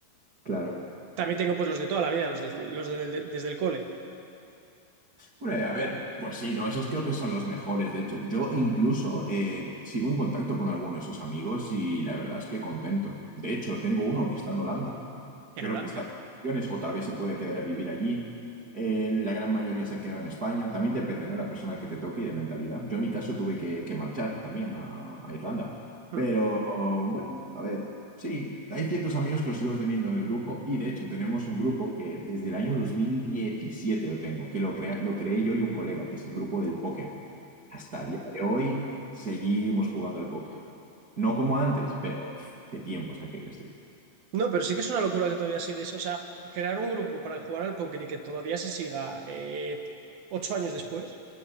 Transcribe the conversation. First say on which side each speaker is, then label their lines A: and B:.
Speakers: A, on the right; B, on the right.
A: claro.
B: También tengo pues los de toda la vida, los, de- los de- de- desde el cole.
A: Hombre, a ver, pues sí, ¿no? Esos creo que son los mejores. De hecho, yo incluso eh, sigo en contacto con alguno de esos amigos y la verdad es que contento. De hecho, tengo uno que está en Holanda. Creo
B: En Holanda.
A: que está de vacaciones o tal vez se puede quedar a vivir allí. Eh, la gran mayoría se han quedado en España. También depende, ¿no? de la persona que te toque y de mentalidad. Yo en mi caso tuve que, que marchar también a, a Irlanda.
B: Hmm.
A: Pero bueno, a ver. Sí, hay ciertos amigos que los sigo teniendo en el grupo y de hecho tenemos un grupo que desde el año 2017 lo tengo, que lo, crea- lo creé yo y un colega, que es el grupo del póker. Hasta el día de hoy seguimos jugando al póker. No como antes, pero uf, qué tiempos aquellos, tío.
B: No, pero sí que es una locura que todavía sigues, o sea, crear un grupo para jugar al póker y que todavía se siga eh, ocho años después,